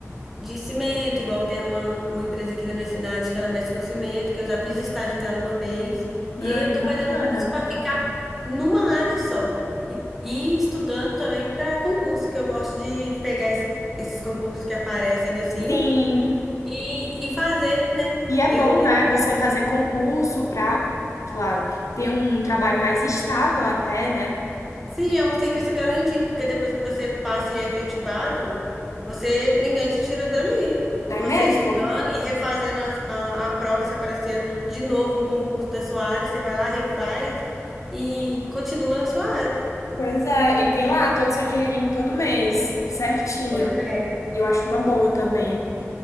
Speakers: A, in the centre; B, on the left.
A: de cimento, igual tem uma, uma empresa aqui na minha cidade que ela mexe com cimento, que eu já fiz estágio nela uma vez. E
B: Ai,
A: aí eu estou
B: bacana.
A: fazendo um curso para ficar numa área só. E, e estudando também para concurso, que eu gosto de pegar esses, esses concursos que aparecem assim
B: Sim.
A: e, e fazer, né?
B: E é
A: Eu
B: bom, né, você fazer concurso para sei lá, ter um trabalho mais estável até, né?
A: Sim, é um serviço garantido, porque depois que você passa e é efetivado, você ninguém te tira dali.
B: É
A: Você
B: mesmo?
A: estudando e refazendo a, a, a prova, se aparecer de novo um concurso da sua área, você vai lá, refaz e continua na sua área.
B: Pois é, e tem lá todo o seu dinheirinho todo mês, certinho.
A: Pois é.
B: Eu acho uma boa também.